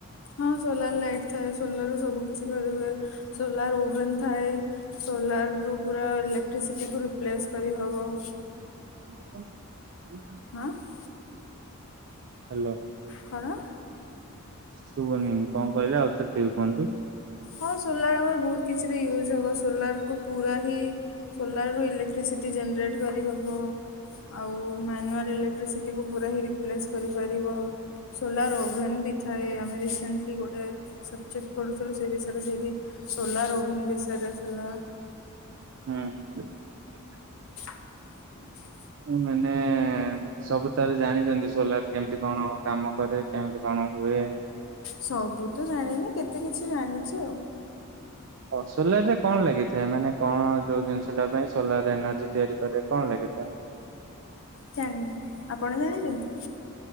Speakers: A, on the left (about 60°); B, on the right (about 55°).
A: ହଁ ସୋଲାର ଲାଇଟ୍ ଥାଏ। ସୋଲାରରୁ ସବୁ କିିଛି କରିହୁଏ। ସୋଲାର ଓଭେନ୍ ଥାଏ ସୋଲାରରୁୁ ପୁରା ଇଲେକ୍ଟ୍ରିସିଟିକୁ ରିପ୍ଲେସ୍ କରିହେବ।
B: <inaudible>
A: ହାଁ?
B: ହ୍ୟାଲୋ?
A: କଣ?
B: ଶୁଭୁନି କଣ କହିଲେ ଆଉଥରେ ଟିକେ କୁହନ୍ତୁ।
A: ହଁ, ସୋଲାର ଆମର ବହୁତ କିଛିରେ ୟୁଜ୍ ହବ। ସୋଲାର କୁ ପୁରା ହିଁ ସୋଲାର ରୁ ଇଲେକ୍ଟ୍ରିସିଟି ଜେନେରେଟ୍ କରିହବ ଆଉ ମ୍ୟାନୁଆଲ୍ ଇଲେକ୍ଟ୍ରିସିଟିକୁ ପୁରା ହିଁ ରିପ୍ଲେସ୍ କରିପାରିବ। ସୋଲାର ଓଭେନ ବି ଥାଏ ଆମେ ରିସେଣ୍ଟଲି ଗୋଟେ ସବଜେକ୍ଟ ପଢୁଥିଲୁ ସେ ବିଷୟରେ ରେ ସେଇଠି ସୋଲାର ଓଭେନ ବିଷୟରେ ଥିଲା।
B: ହୁଁ।
A: <inaudible>
B: ମୁଁ ମାନେ ସବୁ ତାହାଲେ ଜାଣିଚନ୍ତି ସୋଲାର କେମତି କଣ କାମ କରେ? କେମତି କଣ ହୁଏ?
A: ସବୁ ତ ଜାଣିନି କେତେ କିଛି ଜାଣିଚି ଆଉ।
B: ଓ ସୋଲାରରେ କଣ ଲାଗିଥାଏ ମାନେ କଣ ଯୋଉ ଜିନିଷଟା ପାଇଁ ସୋଲାରରେ ଏନର୍ଜି ତିଆରି କରେ କଣ ଲାଗିଥାଏ?
A: ଜାଣିନି ଆପଣ ଜାଣିଚନ୍ତି?